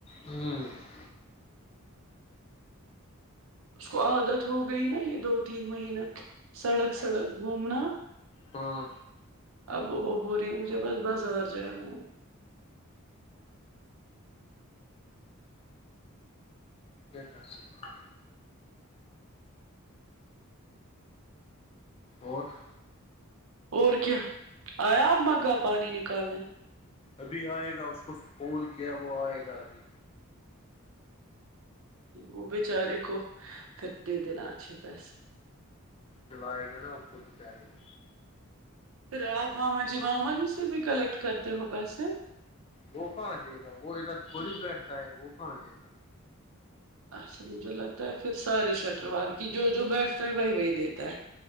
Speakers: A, on the left; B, on the right.
A: ہوں <unintelligible>
B: اس کو عادت ہو گئی نا یہ دو تین مہین سڑک سڑک گھومنا
A: ہاں
B: اب وہ ب رہی مجھے بس بازار جانا ہے <unintelligible>
A: ٹھیکا سے <unintelligible> اور
B: اور کیا آیا اب مگا پانی نکالنے <unintelligible>
A: ابھی آئے گا اس کو فون کیا وہ آئے گا ابھی
B: وہ بچارے کو پھر دے دینا اچھے پیسے
A: جلائے گا ا خو ب چارے گ <inaudible>
B: پھر آپ ماما جی ماما جی سے بھی کلیکٹ کرتے ہو پیسے
A: وہ کہاں دے گا وہ ادھر تھوڑی بیٹھتا ہے وہ کہاں دے گا
B: آصریم جو لگتا ہے پھر سارے شٹروار کی جو جو بیٹھتا ہے وہی وہی دیتا ہے